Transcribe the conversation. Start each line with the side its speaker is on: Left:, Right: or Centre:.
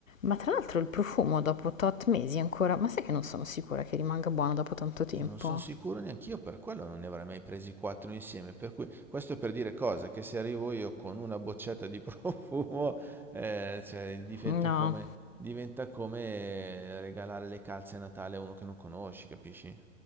Left: Ma tra l'altro il profumo dopo tot mesi ancora, ma sai che non sono sicura che rimanga buono dopo tanto tempo?
Centre: E non sono sicuro neanch'io, per quello non ne avrei mai presi quattro insieme. Per cui, questo è per dire cosa? Che se arrivo io con una boccetta di <laughs> profumo, eh, cioè, diventa
Left: No,
Centre: come, diventa come eh, regalare le calze a Natale a uno che non conosci, capisci?